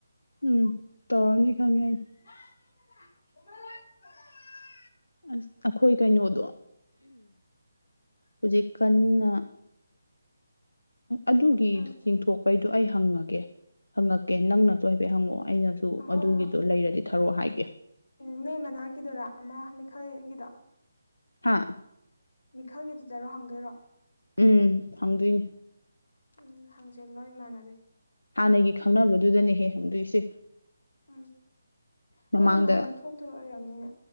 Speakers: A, on the left; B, on the left.
A: ꯎꯝ ꯇꯧꯔꯅꯤ ꯈꯉ
B: ꯊ
A: ꯑꯁ ꯑꯩꯈꯣꯏ ꯀꯩꯅꯣꯗꯣ ꯍꯧꯖꯤꯛ ꯀꯟꯅ ꯑꯗꯨꯒꯤ
B: ꯎꯝ
A: ꯆꯤꯡꯊꯣꯛꯄꯩꯗꯣ ꯑꯩ ꯍꯪꯉꯒꯦ ꯍꯪꯉꯛꯀꯦ ꯅꯪꯅꯁꯨ ꯍꯥꯏꯐꯦꯠ ꯍꯪꯉꯛꯑꯣ ꯑꯩꯅꯁꯨ
B: ꯍꯣꯏ
A: ꯑꯗꯨꯒꯤꯗꯣ ꯂꯩꯔꯗꯤ ꯊꯧꯔꯛꯑꯣ ꯍꯥꯏꯒꯦ
B: ꯎ ꯅꯣꯏ ꯃꯅꯥꯛꯀꯤꯗꯨꯔꯥ ꯑꯃ ꯃꯤꯈꯜꯒꯤꯗꯣ
A: ꯍꯥꯥ
B: ꯃꯤꯈꯜꯒꯤꯗꯨꯗꯔꯣ ꯍꯪꯗꯣꯏꯔꯣ
A: ꯎꯝ ꯍꯪꯗꯣꯏꯅꯤ
B: ꯎꯝ ꯍꯪꯖꯦꯜ ꯂꯣꯏ ꯏꯃꯥꯟꯅꯕꯤ
A: ꯍꯥꯟꯅꯒꯤ ꯈꯪꯅꯕꯗꯨꯗꯅꯦꯍꯦ ꯍꯪꯗꯣꯏꯁꯦ
B: ꯎꯝ
A: ꯃꯃꯥꯡꯗ
B: ꯃꯣꯏꯒꯤꯁꯨ ꯍꯟꯗꯛ ꯊꯣꯛꯇ ꯑꯣꯏꯔꯕꯅꯤꯅ